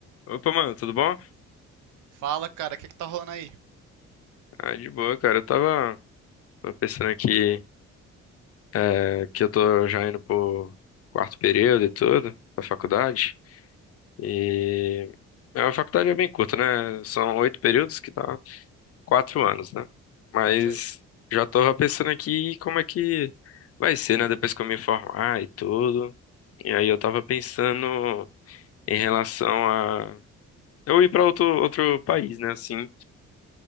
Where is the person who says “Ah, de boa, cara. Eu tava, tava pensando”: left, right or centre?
Left